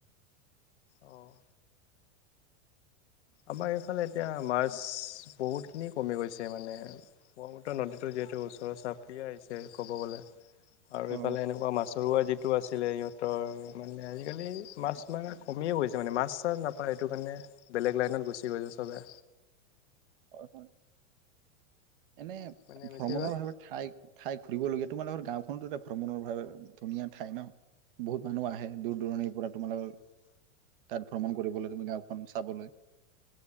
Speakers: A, on the left (about 60°); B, on the right (about 40°).
A: অ', আমাৰ এইফালে এতিয়া মাছ, বহুতখিনি কমি গৈছে মানে পৰ্বতৰ নদীটো যিহেতু, ওচৰ চাপিয়ে আহিছে ক'ব গ'লে। আৰু
B: অ
A: এইফালে এনেকুৱা মাছৰোৱা যি টো আছিলে সিহঁতৰ, মানে আজিকালি মাছ মাৰা কমিয়ে গৈছে মানে, মাছ চাছ নাপাই, এইটো কাৰণে বেলেগ লাইনত গুছি গৈছে চবে।
B: হয়, হয়। এনে,
A: মানে বেছিভাগ
B: ভ্ৰমণৰ ভাৱে ঠাই, ঠাই ঘূৰিবলগীয়া, তোমালোকৰ গাঁওখনতো, এটা ভ্ৰমণৰ বাবে ধুনীয়া ঠাই ন। বহুত মানুহ আহে, দূৰ দূৰণিৰ পৰা, তোমালোকৰ তাত ভ্ৰমণ কৰিবলৈ, তুমি গাঁওখন চাবলৈ